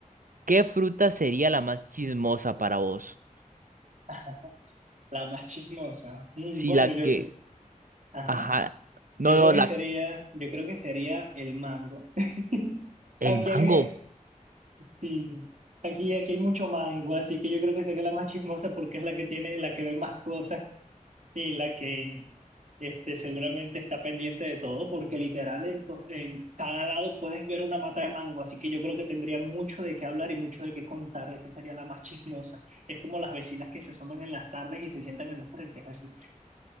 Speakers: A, on the right; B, on the right.
A: ¿qué fruta sería la más chismosa para vos?
B: <laughs> Ajá. La más chismosa. Mm,
A: Si
B: bueno,
A: la
B: yo,
A: que...
B: ajá.
A: Ajá. No,
B: Yo
A: no,
B: creo que
A: la...
B: sería, yo creo que sería el mango. <laughs>
A: El
B: Aquí
A: mango.
B: hay,
A: <laughs>
B: sí, aquí, aquí hay mucho mango, así que yo creo que sería la más chismosa porque es la que tiene, la que ve más cosas y la que Este, seguramente está pendiente de todo porque literal en, to- en cada lado puedes ver una mata de mango, así que yo creo que tendrían mucho de qué hablar y mucho de qué contar. Esa sería la más chismosa. Es como las vecinas que se asoman en las tardes y se sientan en los frentes, así.